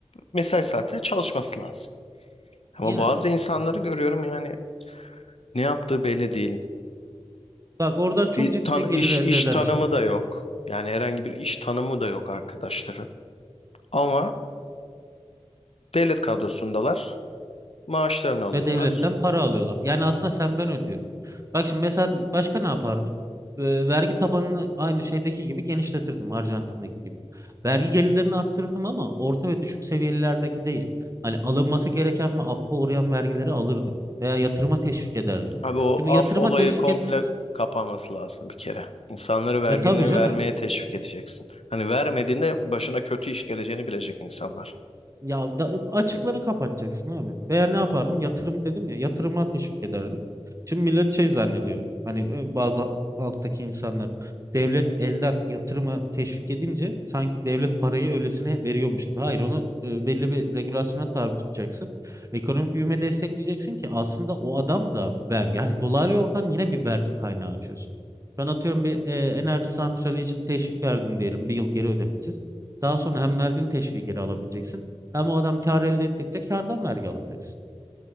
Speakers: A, on the left; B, on the right.
A: mesai saatinde çalışması lazım. Ama
B: Yani
A: bazı insanları görüyorum yani ne yaptığı belli değil.
B: bak oradan çok
A: Bir
B: ciddi
A: tan iş
B: gelir elde
A: iş
B: eder
A: tanımı
B: işte.
A: da yok. Yani herhangi bir iş tanımı da yok arkadaşların. Ama devlet kadrosundalar. Maaşlarını alıyorlar.
B: Ve devletten para alıyorlar. Yani aslında sen ben ödüyorum. Bak şimdi mesela başka ne yapardım? Ee, vergi tabanını aynı şeydeki gibi genişletirdim Arjantin'deki gibi. Vergi gelirlerini arttırırdım ama orta ve düşük seviyelerdeki değil. Hani alınması gereken ve affa uğrayan vergileri alırdım. Veya yatırıma teşvik ederdim.
A: Abi o
B: Şimdi
A: af
B: yatırıma
A: olayı
B: teşvik
A: komple
B: etmek
A: kapanması lazım bir kere. İnsanları vergini
B: e, tabii canım
A: vermeye teşvik edeceksin. Hani vermediğinde başına kötü iş geleceğini bilecek insanlar.
B: Ya da, açıkları kapatacaksın abi. Veya ne yapardım? Yatırım dedim ya. Yatırıma teşvik ederdim. Şimdi millet şey zannediyor. Hani e, bazı halktaki insanlar devlet elden yatırıma teşvik edince sanki devlet parayı öylesine veriyormuş gibi. Hayır onu e, belli bir regülasyona tabi tutacaksın. Ekonomik büyüme destekleyeceksin ki aslında o adam da vergi. Yani dolaylı yoldan yine bir vergi kaynağı açıyorsun. Ben atıyorum bir e, enerji santrali için teşvik verdin diyelim bir yıl geri ödemesiz. Daha sonra hem verdiğin teşviği geri alabileceksin. Ama o adam kar elde ettikçe kardan vergi alacaksın.